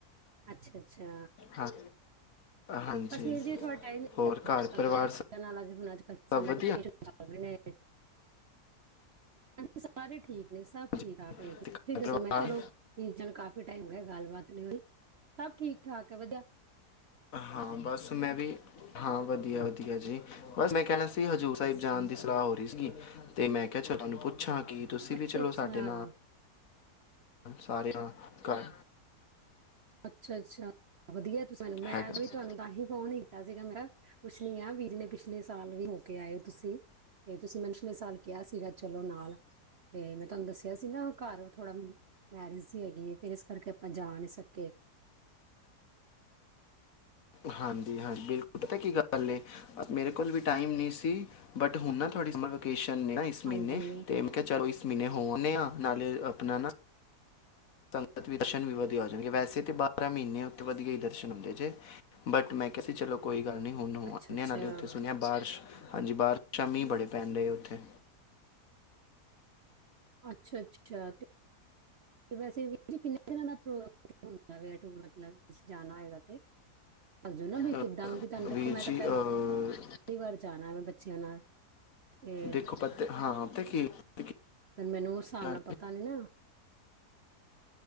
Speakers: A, on the right; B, on the left.
A: ਅੱਛਾ। ਅੱਛਾ।
B: ਹਾਂ ਹਾਂਜੀ
A: ਬਸ ਵੀਰ ਜੀ ਥੋੜਾ ਟਾਈਮ ਈ
B: ਹੋਰ
A: ਨੀ ਲੱਗਦਾ
B: ਘਰ
A: ਤੁਹਾਨੂੰ
B: ਪਰਿਵਾਰ
A: ਪਤਾ ਬੱਚਿਆ
B: ਸਭ
A: ਨਾਲ ਆਂਜ ਹੁਣ ਅੱਜ ਕੱਲ ਸਮਰ
B: ਵਧੀਆ
A: ਵੈਕੇਸ਼ਨ ਚਲ ਰਹੇ ਨੇ ਹਜੀ ਸਾਰੇ ਠੀਕ। ਨੇ ਸਭ। ਠੀਕ
B: ਜੀ
A: ਠਾਕ ਵੀਰ ਜੀ
B: ਤੇ
A: ਤੁਸੀਂ
B: ਘਰ
A: ਦੱਸੋ
B: ਪਰਿਵਾਰ
A: ਮੈਂ ਚਲੋ ਵੀਰਜੀ ਨੂੰ ਕਾਫੀ ਟਾਈਮ ਹੋਗਿਆ ਗੱਲਬਾਤ ਨਹੀਂ ਹੋਈ ਸਭ ਠੀਕ। ਠਾਕ ਹੈ ਵਧੀਆ।
B: ਹਾਂ ਬਸ ਮੈਂ ਵੀ ਹਾਂ ਵਧੀਆ ਵਧੀਆ ਜੀ ਬਸ ਮੈਂ ਕਹਿਣਾ ਸੀ ਹਜ਼ੂਰ ਸਾਹਿਬ ਜਾਣ ਦੀ ਸਲਾਹ ਹੋ ਰਹੀ ਸੀਗੀ ਤੇ ਮੈਂ ਕਿਹਾ ਉਹਨੂੰ ਪੁੱਛ ਪੁੱਛਾਂ ਕੀ ਤੁਸੀਂ
A: ਅੱਛਾ
B: ਵੀ ਚਲੋ
A: ਅੱਛਾ,
B: ਸਾਡੇ ਨਾਲ। ਸਾਰਿਆਂ ਘਰ।
A: ਅੱਛਾ ਅੱਛਾ ਵਧੀਆ ਤੁਸੀ ਮੈਂ
B: ਹੈਗਾ
A: ਵੀ ਤੁਹਾਨੂੰ ਤਾਂ ਹੀ ਫੋਨ ਕੀਤਾ ਸੀਗਾ ਮੈਂ ਪੁੱਛਣੀ ਆ ਵੀਰ ਜੀ ਨੇ ਪਿਛਲੇ ਸਾਲ ਵੀ ਹੋਕੇ ਆਏ ਹੋ ਤੁਸੀਂ ਤੇ ਤੁਸੀਂ ਮੈਨੂੰ ਪਿਛਲੇ ਸਾਲ ਕਿਹਾ ਸੀ। ਸੀਗਾ ਚਲੋ ਨਾਲ ਤੇ ਮੈਂ ਤੁਹਾਨੂੰ ਦੱਸਿਆ ਸੀ ਨਾ ਘਰ ਥੋੜਾ ਮੈਰਿਜ ਸੀ ਹੈਗੀ, ਫੇਰ ਇਸ ਕਰਕੇ ਆਪਾਂ ਜਾ ਨੀ ਸਕ <inaudible> <inaudible>
B: ਤੁਹਾਨੂੰ ਜੀ ਹਾਂਜੀ, ਬਿਲਕੁਲ ਪਤਾ ਕੀ ਗੱਲ ਏ। ਮੇਰੇ ਕੋਲ ਵੀ ਟਾਈਮ ਨਹੀਂ ਸੀ, ਬਟ ਹੁਣ ਨਾ ਤੁਹਾਡੀ ਸਮਰ ਵਕੇਸ਼ਨ ਏ ਨ ਇਸ ਮਹੀਨੇ
A: ਹਾਂਜੀ
B: ਤੇ ਮੈਂ ਕਿਹਾ ਚਲੋ ਇਸ ਮਹੀਨੇ ਹੋ ਆਨੇ ਆ ਨਾਲੇ ਆਪਣਾ ਨਾ ਸੰਗਤ ਦੇ ਦਰਸ਼ਨ ਵੀ ਵਧੀਆ ਹੋ ਜਾਣਗੇ, ਵੈਸੇ ਤੇ ਬਾਰਾਂ ਮਹੀਨੇ ਉੱਥੇ ਵਧੀਆ ਹੀ ਦਰਸ਼ਨ ਹੁੰਦੇ, ਜੇ ਬਟ ਮੈਂ ਕਿਹਾ ਸੀ ਚਲੋ ਕੋਈ ਗਲ ਨੀ, ਹੁਣ ਹੋ
A: ਅੱਛਾ
B: ਆਣੇ
A: ਅੱਛਾ
B: ਆ ਨਾਲੇ ਉੱਥੇ ਸੁਣਿਆ ਬਾਰਿਸ਼ ਹਾਂਜੀ ਬਾਰਸ਼ਾ ਮੀਂਹ ਬੜੇ ਪੈਂਣ ਡਏ ਉੱਥੇ
A: ਅੱਛਾ- ਅੱਛਾ, ਤੇ ਵੈਸੇ ਵੀ ਕਿੰਨੇ ਦਿਨਾਂ ਦਾ ਪ੍ਰੋਗਰਾਮ ਜਾਨਾ ਦੇ ਟੂਰ ਮਤਲਬ ਤੁਸੀ ਜਾਣਾ ਹੋਏਗਾ ਤੇ ਦੱਸਦੋ ਨ ਭੀ
B: ਅਹ
A: ਕਿੱਦਾਂ ਕਿ ਤੁਹਾਨੂੰ ਦੇਖੋ
B: ਵੀਰ
A: ਮੈਂ ਤਾਂ
B: ਜੀ
A: ਪਹਿਲੀ-ਪਹਿਲੀ
B: ਅਹ
A: ਵਾਰ ਜਾਣਾ ਵੇ ਬੱਚਿਆਂ ਨਾਲ ਤੇ
B: ਦੇਖੋ ਪਤਾ ਹਾਂ ਪਤਾ ਕੀ ਕੀ
A: ਫਿਰ ਮੈਨੂੰ ਉਸ ਹਿਸਾਬ
B: ਗੱਲ
A: ਨਾਲ ਪਤਾ ਨੀ ਨਾ